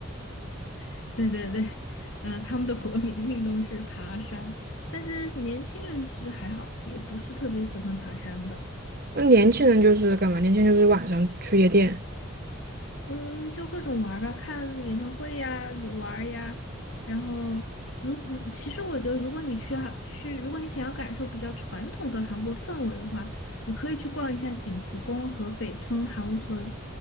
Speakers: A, on the left; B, on the right.
A: <laughs> 对对对，嗯、他们的国民运动是爬山。但是年轻人其实还好，也不是特别喜欢爬山吧。
B: 那年轻人就是干嘛？年轻人就是晚上去夜店。
A: 嗯，就各种玩儿吧，看演唱会呀，有玩儿呀。然后，如嗯其实我觉得，如果你去哈去，如果你想要感受比较传统的韩国氛围的话，你可以去逛一下景福宫和北村韩屋村。